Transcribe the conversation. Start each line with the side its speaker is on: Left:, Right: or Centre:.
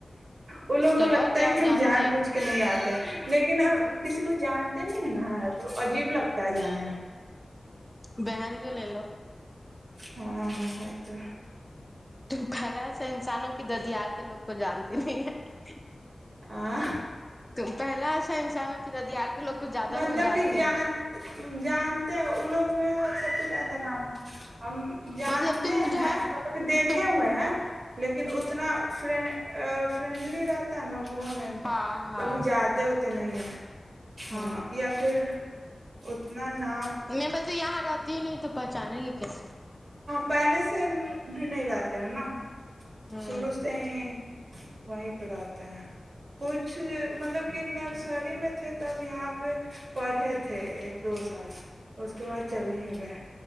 Right: ان لوگ کو
Centre: تیرا
Right: لگتا
Centre: جاؤ
Right: ہے کہ ہم
Centre: جانا
Right: جان بوجھ کے نہیں آتے تو لیکن کسی کو جان نہیں نا ہے تو عجیب لگتا ہے جانے میں
Centre: بہان کے ل لو
Right: ہاں ہو تو ہے
Centre: تم پہلا ایسا انسانوں کی ددیال کے لوگ کو جانتے نہیں ہے
Right: ہے،
Centre: تم پہلا ایسا انسان چانوں کی ددیال کے لوگ کو زیادہ
Right: مطلب
Centre: کو جانتی
Right: کہ جان
Centre: نہیں
Right: جانتے وہ لوگ میں سب کچھ آتا ہے نام ہم جانتے
Centre: مطلب تم مجھے
Right: ہیں
Centre: اب
Right: مطلب کہ دیکھے
Centre: تم
Right: ہوئے ہیں لیکن اتنا فری فرینڈلی رہتا ہے نا وہ وہ نہیں ہے
Centre: ہاں ہاں
Right: کبھی جاتے ہوتے نہیں ہے ہاں
Centre: ہ
Right: یا پھر اتنا نہ
Centre: م نے بس یہاں رہتی ہی نہیں تو پہچانیں گے کیسے
Right: پہلے سے بھی نہیں رہتے ہیں نا
Centre: ہوں
Right: سروز سے ہی <inaudible> وہیں پہ آتے ہیں کچھ مطلب کہ نرسری میں تھے تب یہاں پہ پڑھے تھے ایک دو سال اس کے بعد چلے ہی گئے